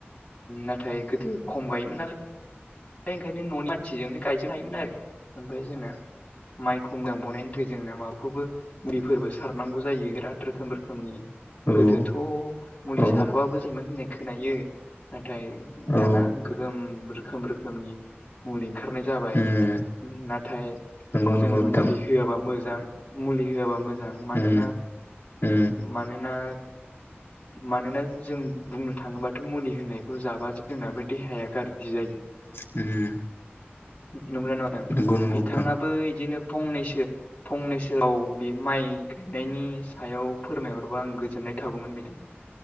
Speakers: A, on the left; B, on the left.
A: नाथाय गोदो खम गायोमोन नालाय ओमफ्राय ओंखायनो न'नि मानसिजोंनो गायजोबनो हायोमोन आरो ओमफ्राय जोंना माइखौ मोजां बनायनिफ्राय जोंना माबाखौबो ुलिफोरबो सारनांगौ जायो बिराद रोखोम रोखोमनि।
B: औ
A: गोदोथ' मुलि
B: औ
A: साराबाबो जायोमोन होननाय खोनायो। नाथाय
B: औ
A: दाना गोगोम रोखोम रोखोमनि मुलि ओंखारनाय जाबाय
B: उम
A: नाथाय
B: नंगौ नंगौ
A: जोङो
B: बिथां
A: मुलि होआबा मोजां मुलि होआबा मोजां मानोना
B: उम उम
A: मानोना मानोना जों बुंनो थाङोब्ला बाथौ मुलि होनायखौ जाबा जोंनाबो देहाया गाज्रि जायो।
B: उम
A: नंग्रा नङा नों
B: नंगौ नंगौ
A: बिथाङाबो
B: बिथां
A: बिदिनो फंनैसो फंनैसोआव बे माइ गायनायनि सायाव फोरमायहरबा आं गोजोननाय थागौमोन बिथां